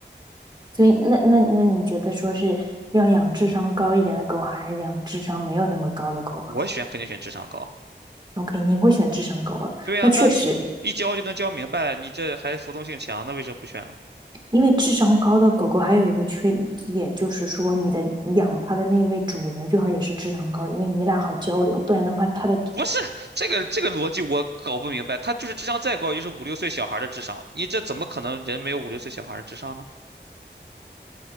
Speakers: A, on the right; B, on the right.
A: 所以那那那你觉得说是要养智商高一点的狗好，还是养智商没有那么高的狗好
B: 我选肯定选智商高。
A: ？OK，你会选智商高的。
B: 对呀，
A: 那确实，
B: 那一教就能教明白，你这还服从性强，那为什么不选呢？
A: 因为智商高的狗狗还有一个缺点，就是说你的养它的那位主人最好也是智商高的，因为你俩好交流，不然的话，它的
B: 不是这个这个逻辑我搞不明白，他就是智商再高，就是五六岁小孩儿的智商，你这怎么可能人没有五六岁小孩儿的智商呢？